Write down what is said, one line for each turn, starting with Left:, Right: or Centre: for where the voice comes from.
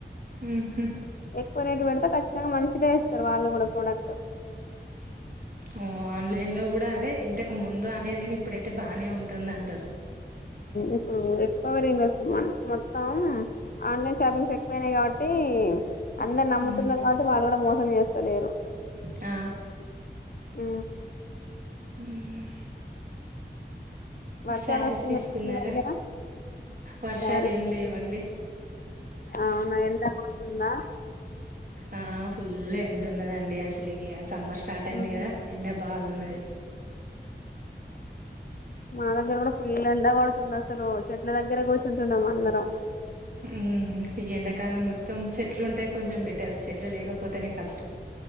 Right: హుహు.
Left: ఎక్కువ రేటు పెడితే ఖచ్చితంగా మంచిదే ఇస్తారు వాళ్ళు కూడా ప్రోడక్ట్
Right: ఓ ఆన్లైన్ లో కూడా అదే ఇంతకు ముందు అదు కాని ఇప్పుడైతే బాగానే ఉంటుంది అంటారు
Left: ఇప్పుడు ఎక్వవరీ ఇవస్ మొత్తం ఆన్లైన్ షాపింగ్స్ ఎక్కువనాయి కాబట్టి అందరు నమ్ముతున్నారు
Right: హ్మ్.
Left: కాబట్టి వాళ్ళు కూడా మోసం చేస్తారు స్టేలేరు
Right: ఆ
Left: ఊ
Right: హ్మ్.
Left: వర్షాలు
Right: శారీస్
Left: వస్తున్నాయి
Right: తీసుకున్నారా
Left: మీ దగ్గర
Right: వర్షాలు
Left: శారీస్
Right: ఏం లేవండి
Left: అవునా ఎంత అతుందా
Right: ఆ ఫుల్ ఎం ఉన్నదండి అసలుకి ఆ సమ్మర్ స్టార్ట్ అయింది
Left: ఉమ్
Right: కదా ఎండ బాగున్నది
Left: మా దగ్గర కూడా ఫుల్ ఎండ కొడుతుంది అసలు చెట్ల దగ్గరే కూర్చుంటున్నాము అందరం
Right: ఉ ఈ ఎండాకాలం మొత్తం చెట్లు ఉంటాయి కొంచెం బెటర్ చెట్లు లేకపోతేనే కష్టం